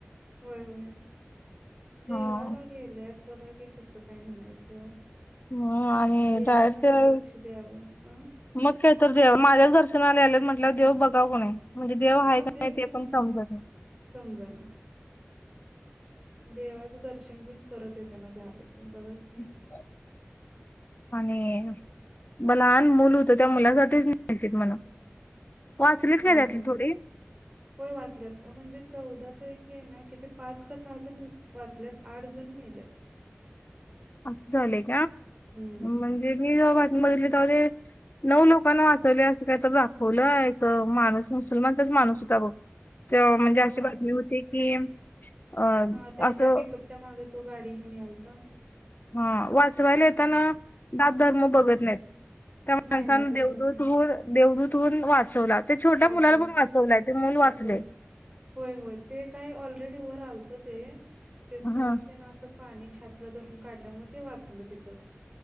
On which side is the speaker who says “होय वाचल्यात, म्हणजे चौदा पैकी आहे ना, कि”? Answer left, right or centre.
Right